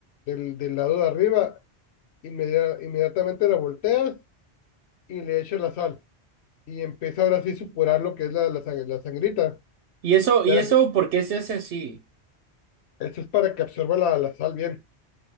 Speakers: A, on the left; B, on the right.
A: del, del lado de arriba inmedia- inmediatamente la volteas y le echas la sal. Y empieza ahora sí a supurar lo que es la, la, sang- la sangrita.
B: Y eso,
A: Ya
B: y eso,
A: es-
B: ¿por qué se hace así?
A: eso es para que absorba la, la sal bien.